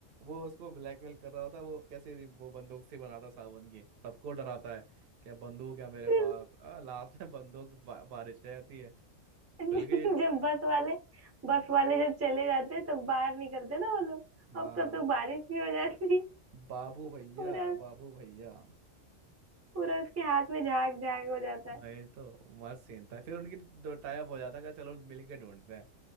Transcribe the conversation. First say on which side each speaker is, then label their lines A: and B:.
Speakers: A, on the right (about 55°); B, on the right (about 20°).
A: वो उसको ब्लैकमेल कर रहा होता है वो कैसे वो बंदूक से बनाता साबुन की सबको डराता है क्या बंदूक है मेरे
B: <laughs>
A: पास आ, लास्ट में बंदूक बा, बारिश हो जाती है
B: <laughs>
A: धुल गई
B: जब बस वाले
A: हम्म।
B: बस वाले जब चले जाते हैं तब बाहर निकलते ना वो लोग
A: हाँ
B: अब तब तो बारिश भी हो जाती है। <laughs>
A: बाबू भैया
B: पूरा
A: बाबू भैया
B: पूरा उसके हाथ में झाग झाग हो जाता है
A: वही तो मस्त सीन था फिर उनकी दो टाइप हो जाता है कहा, चलो मिल के ढूंढते हैं